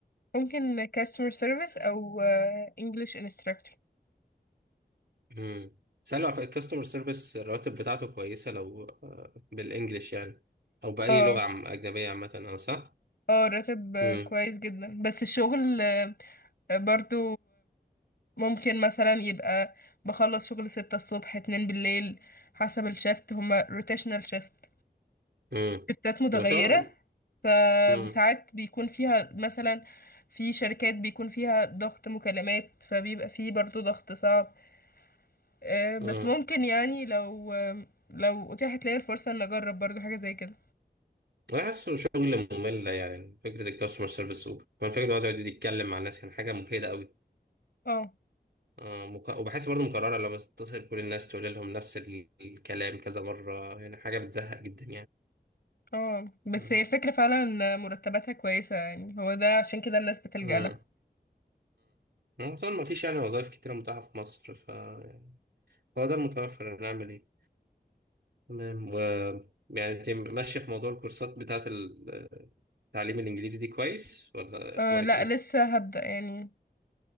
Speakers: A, on the left; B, on the right.
A: ممكن customer service او آه، English instructor
B: امم سألوا على الكاستمر سيرفيس الرواتب بتاعته كويسه لو آه، بالانجلش يعني او باي
A: اه
B: لغه عم اجنبيه عامه انا صح
A: اه راتب آه،
B: امم
A: كويس جدا بس الشغل آه، برضو ممكن مثلا يبقى بخلص شغل ستة الصبح اتنين بالليل حسب الشفت هما روتيشنال شفت
B: امم
A: شفتات متغيرة
B: وشغل
A: ف
B: امم
A: وساعات بيكون فيها مثلا في شركات بيكون فيها ضغط مكالمات فبيبقى فيه برضو ضغط صعب آه، بس
B: امم
A: ممكن يعني لو آم، لو اتيحت لي الفرصة ان اجرب برضو حاجة زي كده
B: بحسه شغل ممل يعني فكره الكاستمر سيرفيس وكمان فكره الواحد يقعد يتكلم مع الناس يعني حاجه مجهده قوي
A: اه
B: آه مك... وبحس برضه مكرره لما تتصل كل الناس تقول لهم نفس ال- الكلام كذا مره يعني حاجه بتزهق جدا
A: اه بس
B: يعني
A: هي الفكرة فعلا ان مرتباتها كويسة يعني هو ده عشان كده الناس بتلجأ
B: امم
A: لها
B: امم طبعا ما فيش يعني وظائف كتيرة متاحة في مصر ف يعني هو ده المتوفر هنعمل ايه تمام و يعني انت ماشية في موضوع الكورسات بتاعة ال- التعليم الإنجليزي دي كويس ولا
A: أه
B: أخبارك
A: لا
B: ايه؟
A: لسه هبدأ يعني